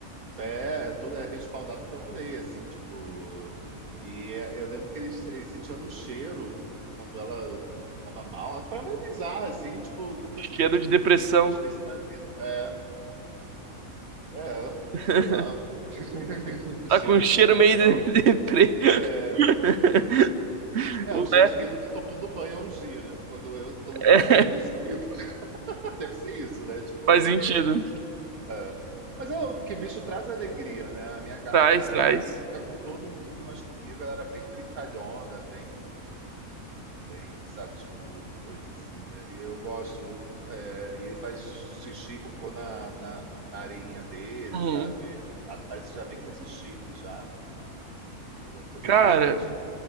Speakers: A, on the right; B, on the right.
A: é, é tudo é respaldado pela lei, assim, tipo. E é- eu lembro que eles, eles sentiam no cheiro quando ela tava mal. Tipo, era meio bizarro, assim, tipo, que eu falei
B: Cheiro
A: assim, gente,
B: de
A: eu nu-
B: depressão.
A: nunca imaginei isso na vida. É, é,
B: <laughs>
A: sei lá. <laughs>
B: Tá
A: Cheiro
B: com um
A: de
B: cheiro
A: depressão.
B: meio de de deprê.
A: É,
B: <laughs>
A: É,
B: Ué,
A: os cheiros que não tá tomando banho há uns dias, né? Quando eu tô no
B: é,
A: quadro depressivo, <laughs> deve ser isso, né? Tipo,
B: Faz sentido.
A: porque, é, mas é porque bicho traz alegria, né? A minha gata,
B: Traz,
A: ela era
B: traz.
A: arisca com todo mundo, mas comigo ela era bem brincalhona, bem, bem, sabe? Tipo, coisa assim. E eu gosto, é, e ele faz xixi, cocô na, na, na areinha dele,
B: Uhum.
A: sabe? O gato parece que já vem com esse chip já. Ele é todo
B: Cara,
A: certinho,